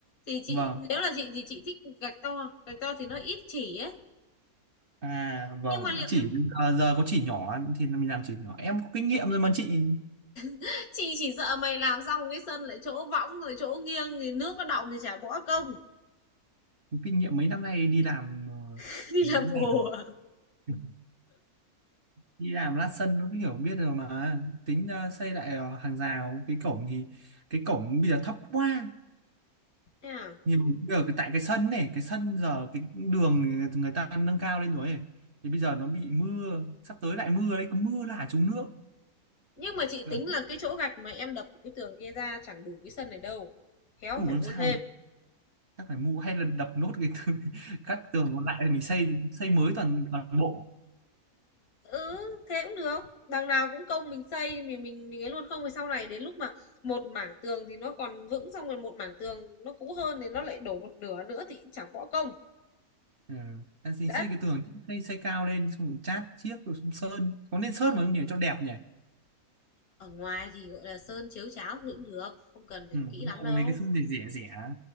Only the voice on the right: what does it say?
vâng
à vâng
chỉ
à, giờ có chỉ nhỏ thì mình làm chỉ nhỏ em có kinh nghiệm rồi mà chị
có kinh nghiệm mấy năm nay đi làm ờ,
mấy
ngày rồi <laughs> đi làm lát sân nó hiểu biết rồi mà tính ờ, xây lại ờ, hàng rào cái cổng thì cái cổng bây giờ thấp quá
nhiều ở cái tại cái sân này cái sân giờ cái đường người ta nâng cao lên rồi ấy. thì bây giờ nó bị mưa sắp tới lại mưa đấy cứ mưa là trúng nước
Là
đủ
làm
sao
được chắc phải mua hay là đập nốt cái tường- <laughs> các tường còn lại thì mình xây xây mới toàn toàn bộ
ừ. Anh xin
xây cái tường xây xây cao lên xong rồi chát chiếc rồi xong sơn có nên sơn
vào không nhỉ cho đẹp nhỉ
ừ.
đúng
rồi, mấy cái sơn rẻ rẻ rẻ